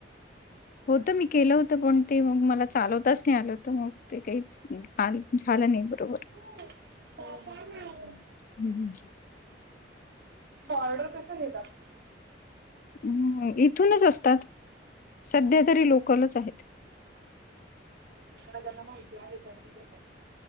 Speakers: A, on the left; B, on the right.
A: होत मी केलं होतं पण ते मग मला चालवताच नाही आलं होत मग ते काहीच पा नी झाला नाही बरोबर
B: हो
A: हम्म हम्म.
B: तु ऑर्डर कशा घेतात
A: ह इथूनच असतात सध्या तरी लोकलच आहेत
B: अजित दादांना माहिती आहेेत त्यांचे देतात